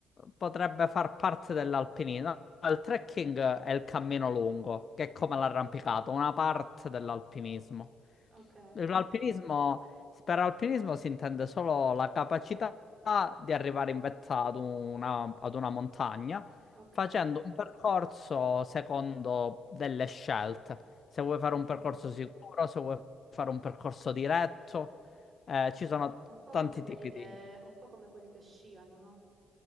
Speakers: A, on the left (about 45°); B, on the right (about 40°).
A: potrebbe far parte dell'alpinismo. Il trekking è il cammino lungo, che è come l'arrampicato, una parte dell'alpinismo.
B: Ok,
A: L'alpinismo, per alpinismo si intende solo la capacità di arrivare in vetta ad una, ad una montagna
B: ok.
A: facendo un percorso secondo delle scelte. Se vuoi fare un
B: Mm.
A: percorso sicuro, se vuoi fare un percorso diretto, eh, ci sono
B: Un po'
A: tanti
B: come quelli
A: tipi
B: che,
A: di...
B: un po' come quelli che sciano, no?